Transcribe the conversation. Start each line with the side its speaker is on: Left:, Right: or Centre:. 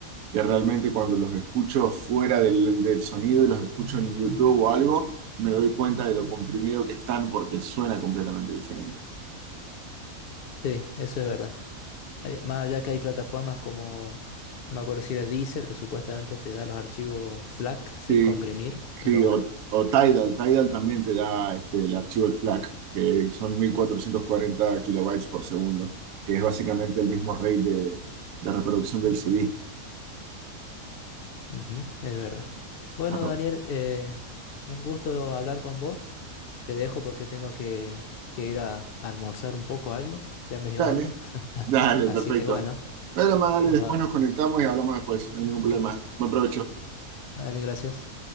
Right: que realmente cuando los escucho fuera del, del sonido y los escucho en YouTube o algo, me doy cuenta de lo comprimido que están porque suena completamente diferente.
Left: sí, eso es verdad. Hay- más allá que hay plataformas como, no me acuerdo si era Deezer, que supuestamente te da los archivos FLAC sin
Right: Sí,
Left: comprimir,
Right: sí,
Left: pero bueno,
Right: o, o Tidal, Tidal también te da este, el archivo el FLAC, que son 1440 kilobytes por segundo, que es básicamente el mismo rate de, de reproducción del CD.
Left: ujú, es verdad. Bueno,
Right: Arro-
Left: Daniel, eh, un gusto hablar con vos. Te dejo porque tengo que, que ir a, a almorzar un poco algo. Ya me dio
Right: Dale,
Left: hambre.
Right: dale,
Left: Así
Right: perfecto.
Left: que bueno,
Right: Dale, más, dale,
Left: nos,
Right: después
Left: va-
Right: nos conectamos y hablamos después, no hay ningún problema. Buen provecho.
Left: dale, gracias.